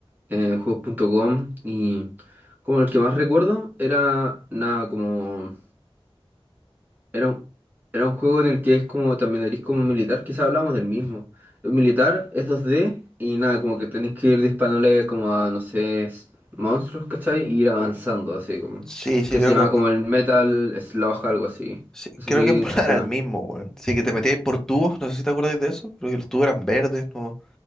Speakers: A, on the right (about 20°); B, in the centre.
A: eh, juegos.com y como el que más recuerdo era nada como Era un, era un juego en el que es como también eres como un militar, quizá hablamos del mismo. El militar es dos d y nada, como que tenés que ir disparándole como a, no sé, s- monstruos, ¿cachai? Y ir avanzando, así como.
B: sí, sí,
A: Que
B: creo
A: se llama
B: que,
A: como el Metal Slug, algo así.
B: sí,
A: No sé
B: creo
A: si
B: que en volar
A: te suena.
B: era el mismo, weón. Sí, que te metíais por tubos, no sé si te acordáis de eso, creo que los tubos eran verdes, no,